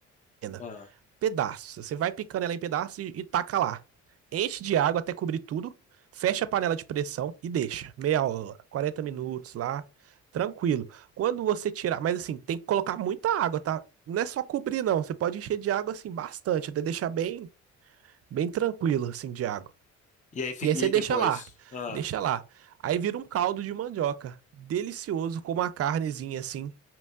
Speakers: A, on the right; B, on the left.
A: pequena.
B: ah.
A: Pedaços. Você vai picando ela em pedaços e, e taca lá. Enche de água até cobrir tudo. Fecha a panela de pressão e deixa. Meia hora, 40 minutos lá. Tranquilo. Quando você tirar. Mas assim, tem que colocar muita água, tá? Não é só cobrir, não. Você pode encher de água assim, bastante. Até deixar bem, bem tranquilo, assim, de água.
B: E aí, fica,
A: E aí você
B: e
A: deixa
B: depois?
A: lá.
B: Ah,
A: Deixa lá. Aí vira um caldo de mandioca. Delicioso, com uma carnezinha assim,